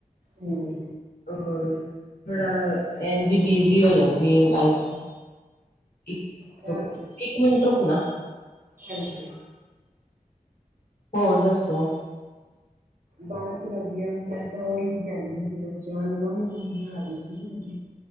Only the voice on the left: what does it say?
ਥੋੜਾ ਇਨਜ਼ ਬਿਜੀ ਹੋ ਜਾਂਦੀ ਲਾਈਫ ਇਕ
ਮ ਇੱਕ ਮਿੰਟ ਰੁਕ ਨਾ
ਹੋਰ ਦੱਸੋ